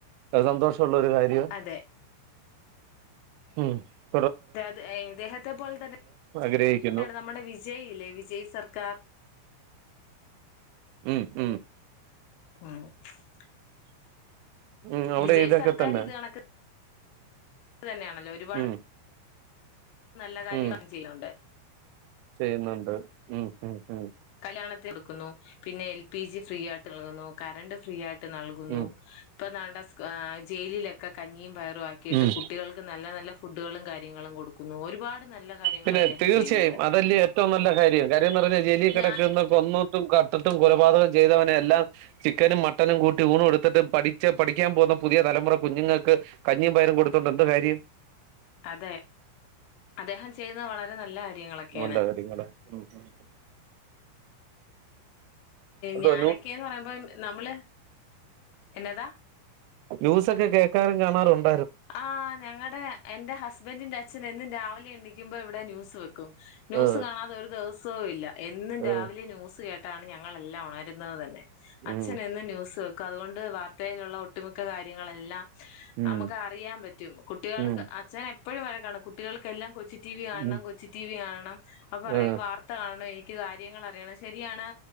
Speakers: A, on the right; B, on the left.
A: സന്തോഷം ഉള്ളരു കാര്യാ
B: അതെ
A: മ് -
B: അത ഇദ്ദേഹത്തെ പോലെ തന്നെ
A: ആഗ്രഹിക്കുന്നു
B: നമ്മുടെ വിജയ് ഇല്ലേ വിജയ് സർക്കാർ-
A: മ് മ് -
B: <unintelligible>
A: ഉം അവിടെ
B: വിജയ്
A: ഇതൊക്കെ
B: സർക്കാര്
A: തന്നെ
B: ഇത് കണക്ക്- ത് തന്നെയാണല്ലോ ഒരുപാട്-
A: ഉം
B: നല്ല കാര്യ
A: ഉം
B: ചെയ്യൊണ്ട്-
A: ചെയ്യുന്നുണ്ട് ഉം ഉം ഉം-
B: കല്യാണത്തി കൊടുക്കുന്നു പിന്നെ എൽ പി ജി ഫ്രീ ആയിട്ട് നൽകുന്നു കറണ്ട് ഫ്രീ ആയി- നൽകുന്നു
A: ഉം
B: ഇപ്പൊ ദാണ്ടെ- ആ ജയിലിലെക്കെ കഞ്ഞിയും പയർ- ആക്കിയിട്ട്
A: ഉം
B: കുട്ടികൾക്ക് നല്ല നല്ല- ഫുഡുകളും കാര്യങ്ങളും കൊടുക്കുന്നു ഒരുപാട്- നല്ല കാര്യങ്ങൾ
A: പിന്നെ
B: അദ്ദേഹം
A: തീർച്ചയായും
B: ചെയ്യുന്നുണ്ട്
A: അതല്ലിയോ ഏറ്റവും നല്ല കാര്യം കാര്യംന്ന് പറഞ്ഞാൽ ജെലി കെട
B: ഞാ
A: കൊന്നിട്ടുംകട്ടട്ടും കൊലപാതകം ചെയ്തവനെ എല്ലാം ചിക്കനും മട്ടനും കൂട്ടി ഊണും കൊടുത്തിട്ട് പഠിച്ച പഠിക്കാൻ പോകുന്ന പുതിയ തലമുറ കുഞ്ഞുങ്ങൾക്ക് കഞ്ഞിയും പയരും കൊടുത്തോണ്ട് എന്ത്കാര്യം
B: അതെ അദ്ദേഹം- ചെയ്യുന്നത് വളരെ നല്ല കാര്യങ്ങളൊക്കെയാണ്-
A: നല്ല കാര്യങ്ങള് ഉം ഉം എന്തോ
B: ഞാനൊക്കെയന്ന് പറയുമ്പോ നമ്മള്- എന്നതാ
A: ന്യൂ സക്ക കേ ഒക്കെ കാണാറുണ്ട്-
B: ആ ഞങ്ങടെ എന്റെ ഹസ്ബൻഡറിന്റെ അച്ഛന് എന്നും രാവിലെ എണ്ണിക്കുമ്പോ ഇവിടെ ന്യൂസ് വെക്കും- ന്യൂസ്
A: ആഹ്
B: കാണാതെ ഒരു ദെവസ സോവും ഇല്ല- എന്നും
A: ആഹ്
B: രാവിലെ ന്യൂസ് കേട്ട- ട്ടാണ് ഞങ്ങളെല്ലാം ഒണരുന്നത് തന്നെ- അച്ഛനെന്നും
A: ഉം
B: ന്യൂസ് വെക് അതുകൊണ്ട് വാർത്തയിലുള്ള ഒട്ടുമിക്ക കാര്യങ്ങളെല്ലാം-
A: ഉം-
B: നമുക്ക് അറിയാൻ പറ്റും കുട്ടികൾക്ക്
A: ഉം
B: അച്ഛൻ എപ്പോ- എപ്പോഴും വഴക്കാണ് കുട്ടികൾക്കെല്ലാം കൊച്ച് ടി വി കാണം
A: ഉം
B: കൊച്ചി ടി വി കാണണം- അപ്പ പറയും
A: ആഹ്
B: വാർത്ത കാണയെ ക്ക് കാര്യങ്ങൾ അറിയണം ശരിയാണ്